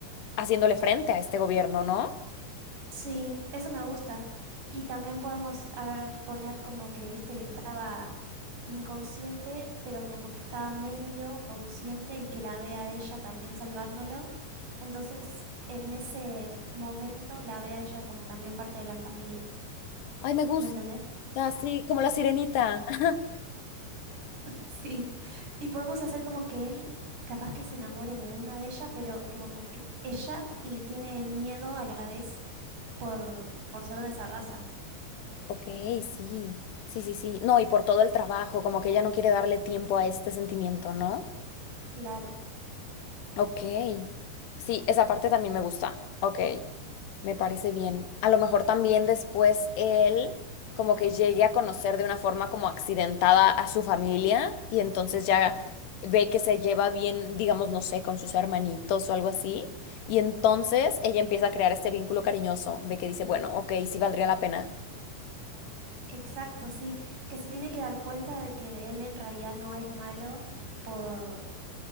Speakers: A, on the left; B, on the right.
A: haciéndole frente a este gobierno, ¿no?
B: Sí, eso me gusta. Y también podemos, a ver, poner como que, viste, que estaba inconsciente, pero como que estaba medio consciente y que la vea a ella también salvándolo. Entonces, en ese momento la vea ella como también parte de la familia.
A: Ay, me gusta,
B: ¿Me entendés?
A: así como la sirenita. <laughs>
B: Sí. Y podemos hacer como que él capaz que se enamore de una de ella, pero que como que ella le tiene miedo a la vez por, por ser de esa raza.
A: Ok, sí, sí, sí, sí. No, y por todo el trabajo, como que ella no quiere darle tiempo a este sentimiento, ¿no?
B: Claro.
A: Ok. Sí, esa parte también me gusta. Ok. Me parece bien. A lo mejor también después él como que llegue a conocer de una forma como accidentada a su familia y entonces ya ve que se lleva bien, digamos, no sé, con sus hermanitos o algo así. Y entonces ella empieza a crear este vínculo cariñoso de que dice, bueno, ok, sí valdría la pena.
B: Exacto, sí, que se tiene que dar cuenta de que él en realidad no es malo por,